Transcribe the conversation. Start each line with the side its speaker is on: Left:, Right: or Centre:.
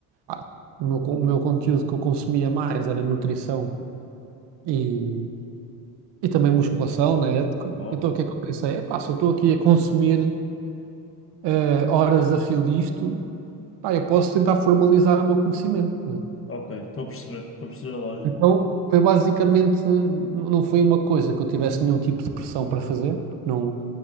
Right: Ah, o meu, con- o meu conteúdo que eu consumia mais era nutrição e, e também musculação na época.
Left: Boa.
Right: Então o que é que eu pensei? Epá, se eu estou aqui a consumir eh, horas a fio disto, pá, eu posso tentar formalizar o meu conhecimento. né?
Left: Ok, estou a perceber. Estou a perceber a lógica.
Right: Então, foi basicamente, n- não foi uma coisa que eu tivesse nenhum tipo de pressão para fazer, porque não,